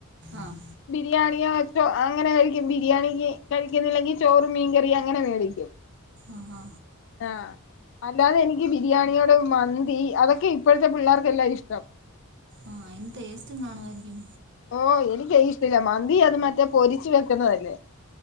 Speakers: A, on the right; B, on the left.
A: ആഹ്
B: ബിരിയാണിയോ മറ്റോഅങ്ങനെ കഴിക്കും ബിരിയാണിക്ക് കഴിക്കുന്നില്ലെങ്കിൽ ചോറും മീൻ കറി അങ്ങനെ മേടിക്കും
A: ആഹ ഹാ
B: ആഹ അല്ലാതെ എനിക്ക് ബിരിയാണിയോട് മന്തി അതൊക്കെ ഇപ്പോഴത്തെ പിള്ളേർക്കെല്ലാം ഇഷ്ടം
A: ആഹ അതിന് ടേസ്റ്റും കാണുമായിരിക്കും
B: ഓ എനിക്ക് ഇഷ്ടമല്ല മന്തി അത് മറ്റേ പൊരിച്ചു വെക്കുന്നതല്ലേ